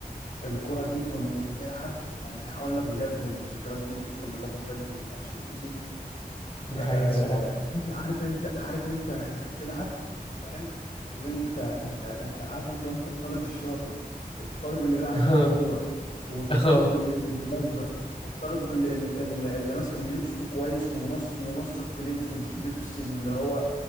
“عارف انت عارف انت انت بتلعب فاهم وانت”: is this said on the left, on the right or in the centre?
Left